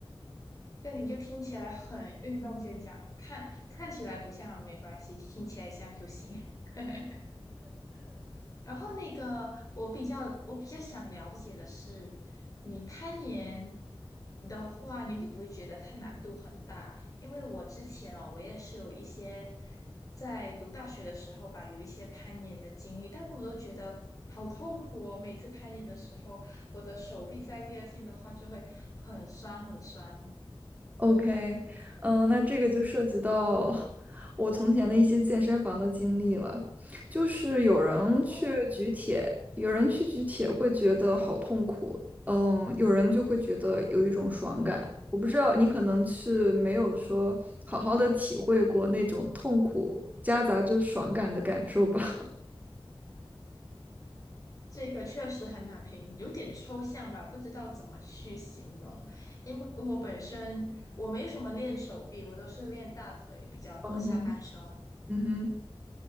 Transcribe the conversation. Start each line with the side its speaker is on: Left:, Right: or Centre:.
Left: 对，你就听起来很运动健将，看看起来不像没关系，听起来像就行。<laughs> 然后那个，我比较我比较想了解的是，你攀岩的话，你会不会觉得它难度很大？因为我之前哦，我也是有一些在读大学的时候吧，有一些攀岩的经历，但是我都觉得好痛苦哦。每次攀岩的时候，我的手臂在第二天的话就会很酸很酸。
Right: OK，嗯，那这个就涉及到 <laughs> 我从前的一些健身房的经历了。就是有人去举铁，
Left: 哦。
Right: 有人去举铁会觉得好痛苦，嗯，有人就会觉得有一种爽感。我不知道你可能是没有说好好的体会过那种痛苦夹杂着爽感的感受吧。
Left: 这个确实很难评，有点抽象吧，不知道怎么去形容。因为我本身我没什么练手臂，我都是练大腿比较多，
Right: 嗯哼。
Left: 下半身，
Right: 嗯哼，